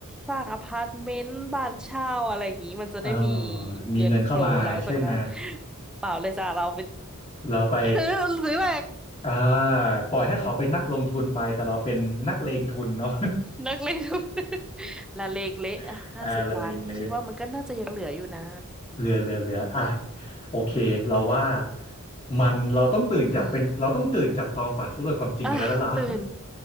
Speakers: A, in the centre; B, on the left.
A: สร้างอพาร์ตเมนต์บ้านเช่าอะไรอย่างนี้มันจะได้มี
B: เออมีเงินเข้ามาใช่ไหม
A: เงินโฟลว์หลังจากนั้นเปล่าเลยจ้ะเราไป
B: เราไป
A: ซื้อซื้อแหลก
B: อ่าปล่อยให้เขาเป็นนักลงทุนไปแต่เราเป็นนักเลงทุนเนาะ
A: นักเลงทุน <laughs> ละเลงเละห้าสิบล้านคิดว่ามันก็น่าจะยังเหลืออยู่นะ
B: <laughs> อ่าละเลงเลเรือเรือเรืออ่ะโอเคเราว่า
A: อืม
B: มันเราต้องตื่นจากเป็นเราต้องตื่นจากความฝันสู่เรื่องความจริงกันได้แล้วล่ะ
A: <sighs> อ่ะตื่น